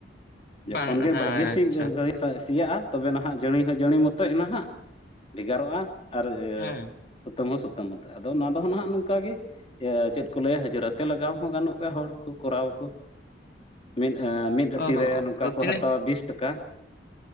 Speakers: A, on the left; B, on the left.
A: ᱡᱚᱠᱷᱚᱱ
B: ᱵᱟᱝ
A: ᱜᱮ
B: ᱦᱮᱸ
A: ᱵᱷᱟᱸᱜᱤ ᱴᱷᱤᱠ
B: ᱟᱪᱪᱷᱟ ᱟᱪᱪᱷᱟ ᱟᱪᱪᱷᱟ
A: ᱥᱤᱭᱟᱜᱼᱟ ᱛᱚᱵᱮ ᱱᱟᱦᱟᱜ ᱡᱟᱹᱲᱤ ᱦᱚᱸ ᱡᱟᱹᱲᱤ ᱢᱚᱛᱚᱡ ᱮᱱᱟ ᱦᱟᱸᱜ ᱵᱷᱮᱜᱟᱨᱚᱜᱼᱟ ᱟᱨ
B: ᱦᱮᱸ
A: ᱥᱩᱛᱟᱹᱢ ᱦᱚᱸ ᱥᱩᱛᱟᱹᱢ ᱢᱚᱛᱚ ᱟᱫᱚ ᱚᱱᱟ ᱫᱚ ᱱᱟᱦᱟᱜ ᱱᱚᱝᱠᱟ ᱜᱮ ᱤᱭᱟᱹ ᱪᱮᱫ ᱠᱚ ᱞᱟᱹᱭᱼᱟ ᱦᱟᱡᱨᱟᱛᱮ ᱞᱟᱜᱟᱣ ᱦᱚᱸ ᱜᱟᱱᱚᱜ ᱜᱮᱭᱟ ᱦᱚᱲ ᱠᱚ ᱠᱚᱨᱟᱣ ᱟᱠᱚ᱾ ᱢᱤᱫ ᱟ ᱢᱤᱫ
B: ᱚ
A: ᱟᱹᱴᱤ ᱨᱮ ᱱᱚᱝᱠᱟ
B: ᱟᱫᱚ
A: ᱠᱚ
B: ᱛᱤᱱᱟᱹᱜ
A: ᱦᱟᱛᱟᱣᱟ ᱵᱤᱥ ᱴᱟᱠᱟ